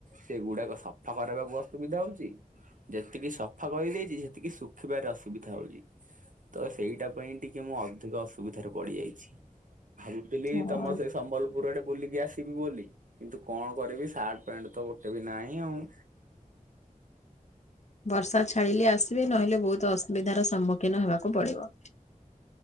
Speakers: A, on the right; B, on the left.
A: ସେ ଗୁଡାକ ସଫା କରବାକୁ ଅସୁବିଧା ହଉଛି ଯେତିକି ସଫା କରିଦେଇଛି ସେତିକି ଶୁଖିବାରେ ଅସୁବିଧା ହଉଛି। ତ ସେଇଟା ପାଇଁ ଟିକେ ମୁଁ ଅଧିକ ଅସୁବିଧାରେ ପଡିଯାଇଛି। ଭାବୁଥିଲି
B: ହଁ।
A: ତମ ସେ ସମ୍ବଲପୁର ଆଡେ ବୁଲିକି ଆସିବି ବୋଲି କିନ୍ତୁ କଣ କରିବି ସାର୍ଟ ପ୍ୟାଣ୍ଟ ତ ଗୋଟେ ବି ନାହିଁ ଆଉ।
B: ବର୍ଷା ଛାଡିଲେ ଆସିବେ ନହେଲେ ବହୁତ ଅସୁବିଧାର ସମ୍ମୁଖୀନ ହେବାକୁ ପଡିବ।